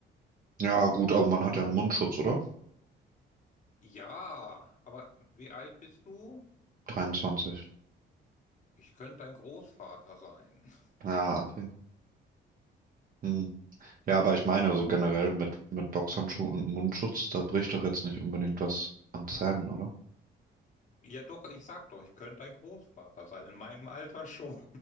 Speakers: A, on the right; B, on the left.
A: Ja, gut, aber man hat ja einen Mundschutz, oder?
B: Ja, aber wie alt bist du?
A: 23.
B: Ich könnte dein Großvater sein.
A: Ja, okay. Hm. Ja, aber ich meine, so generell mit, mit Boxhandschuh und Mundschutz, da bricht doch jetzt nicht unbedingt was an Zähnen, oder?
B: Ja, doch. Ich sag doch, ich könnte dein Großvater sein. In meinem Alter schon.